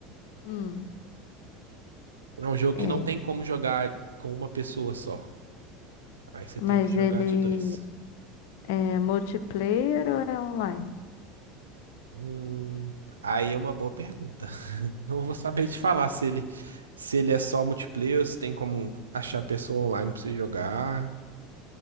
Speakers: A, on the left; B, on the right.
A: Hum.
B: É um jogo
A: É.
B: que não tem como jogar com uma pessoa só. Aí você
A: Mas
B: tem que jogar
A: ele
B: de dois.
A: é multiplayer ou é online?
B: Hum, aí é uma boa pergunta. <laughs> Não vou saber te falar se ele, se ele é só multiplayer, ou se tem como achar pessoa online pra você jogar,